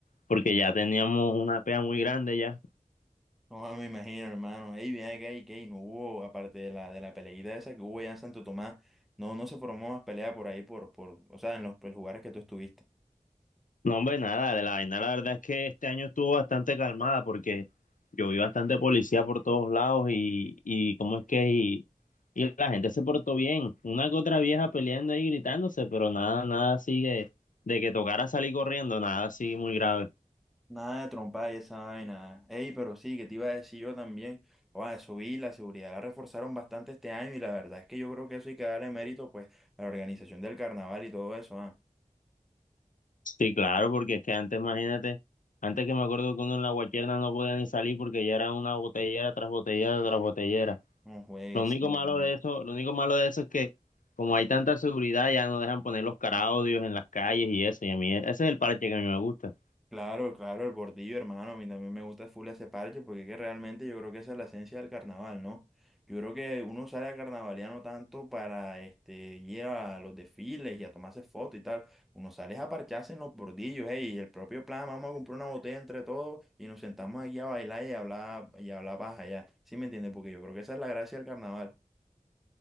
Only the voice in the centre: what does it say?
No, me imagino, hermano. Ey, bien acá y que no hubo, aparte de la, de la peleita esa que hubo allá en Santo Tomás, no, no se formó más pelea por ahí, por, por, o sea, en los, pues, lugares que tú estuviste.
Nada de trompa y esa vaina. Ey, pero sí, que te iba a decir yo también. Oa, eso vi, la seguridad la reforzaron bastante este año y la verdad es que yo creo que eso hay que darle mérito, pues, a la organización del carnaval y todo eso, ah.
No juegues,
sí,
hermano.
Claro, claro, el bordillo, hermano, a mí también me gusta full ese parche porque es que realmente yo creo que esa es la esencia del carnaval, ¿no? Yo creo que uno sale a carnavalear no tanto para este, ir a los desfiles y a tomarse fotos y tal, uno sale a parcharse en los bordillos, ey, y el propio plan, vamos a comprar una botella entre todos y nos sentamos aquí a bailar y a hablar, y a hablar paja ya, ¿sí me entiendes? Porque yo creo que esa es la gracia del carnaval.